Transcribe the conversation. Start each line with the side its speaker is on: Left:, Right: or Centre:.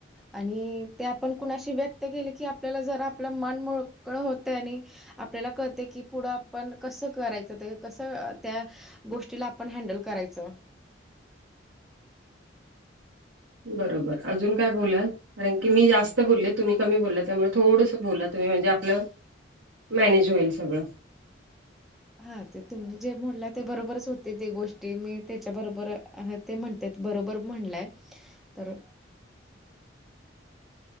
Centre: आणि ते आपण कुणाशी व्यक्त केली की आपल्याला जरा आपलं मन मोकळ होत आणि आपल्याला कळते की पुढं आपण कसं करायचं ते कसं त्या गोष्टीला पण हँनडल करायचं.
Right: बरोबर अजून काय बोलाल. कारण की मी जास्त बोलले तुम्ही कमी बोलला त्यामुळे थोडंसं बोला तुम्ही म्हणजे आपलं. मॅनेज होईल सगळं.
Centre: हा ते तुम्ही जे मोडला ते बरोबरच होते. ते गोष्टी मी त्याच्या बरोबर आहात ते म्हणते. तेच बरोबर म्हणलंय. तर